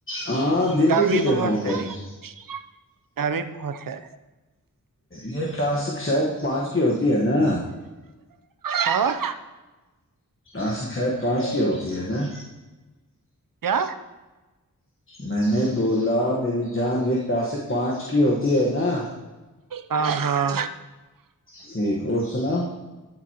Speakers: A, on the left; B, on the right.
A: ہاں دل
B: گرمی
A: کوو کتنے
B: بہت
A: فون کرے
B: ہے لیکن
A: ہیں
B: گرمی بہت سے
A: یہ ٹاسک شاید پانچ کی ہوتی ہے نا
B: ہاں
A: آسک شاید پانچ کی ہوتی ہے نا
B: کیا
A: میں نے بولا میری جان یہ ٹاسک پانچ کی ہوتی ہے نا
B: ہ ہاں
A: ٹھیک اور سنا